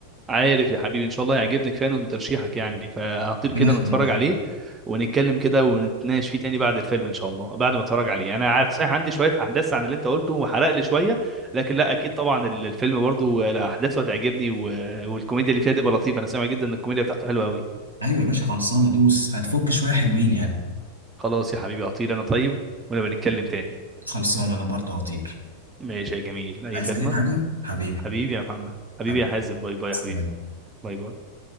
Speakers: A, on the right (about 15°); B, on the right (about 85°).
A: عارف يا حبيبي ان شاء الله هيعجبني كفايه من ترشيحك يعني فهطير
B: ربنا
A: كده
B: يخليك
A: نتفرج عليه ونتكلم كده ونتناقش فيه تاني بعد الفيلم ان شاء الله بعد ما اتفرج عليه انا عارف صحيح عندي شويه احداث عن اللي انت قلته وحرق لي شويه لكن لا اكيد طبعا ال- الفيلم برضو لا، احداثه هتعجبني و... والكوميديا اللي فيها تبقى لطيفه انا سامع جدا ان الكوميديا بتاعته حلوه قوي
B: ايوه يا باشا خلصانه دوس هتفك شويه حلوين يعني
A: خلاص يا حبيبي اطير انا طيب ونبقى نتكلم تاني
B: خلصان انا برضو هطير
A: ماشي يا جميل أي
B: عايز
A: خدمة
B: اي حاجة حبيبي
A: حبيبي يا محمد حبيبي
B: حبيبي
A: يا حازم باي باي
B: سلام.
A: يا حبيبي باي باي